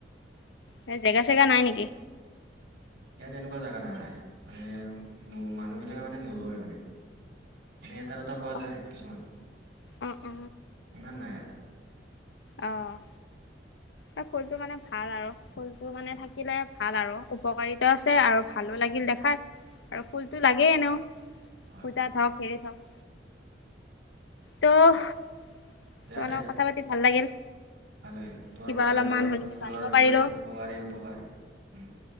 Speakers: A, on the left; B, on the right.
A: এনে জেগা চেগা নাই নেকি?
B: ইয়াত এনেকুৱা জেগা নাই মানে, মানুহবিলাকে মানে নুৰোৱে মানে। এনেই এটা দুটা পোৱা
A: অ
B: যায় কিছুমান,
A: অ অ
B: ইমান নাই আৰু।
A: অ', তাৰ ফুলটো মানে ভাল আৰু ফুলটো মানে
B: হয়
A: থাকিলে ভাল আৰু উপকাৰিতা আছে আৰু ভালো লাগিল দেখাত, আৰু ফুলটো লাগেই এনেও।
B: হয়
A: পূজাত হওক হেৰিত হওক। ত' তোমাৰ
B: দিয়াতে
A: লগত কথা পাতি ভাল লাগিল।
B: ভাল লাগিল, তোমাৰ
A: কিবা
B: পৰা
A: অলপমান
B: জানিব পাৰলো
A: হলেও
B: ফুলৰ
A: জানিব
B: বিষয়ে
A: পাৰিলো
B: উপকাৰী-উপকাৰী উম,